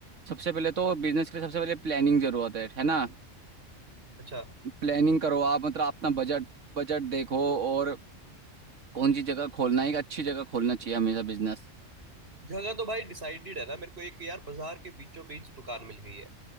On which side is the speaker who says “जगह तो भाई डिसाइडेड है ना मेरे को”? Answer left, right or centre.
Right